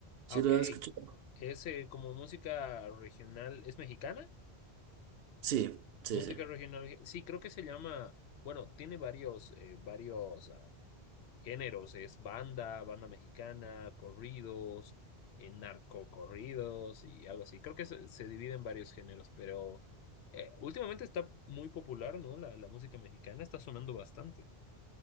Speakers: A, on the right; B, on the left.
A: ¿Sí
B: Ah, Ok.
A: lo has escuchado?
B: ¿Es eh, como música regional? ¿Es mexicana?
A: Sí, sí,
B: Música
A: sí.
B: regional. Sí, creo que se llama. Bueno, tiene varios, eh, varios. ah, géneros, es banda, banda mexicana, corridos, eh, narcocorridos y algo así. Creo que se, se divide en varios géneros, pero eh, últimamente está muy popular, ¿no? La, la música mexicana está sonando bastante.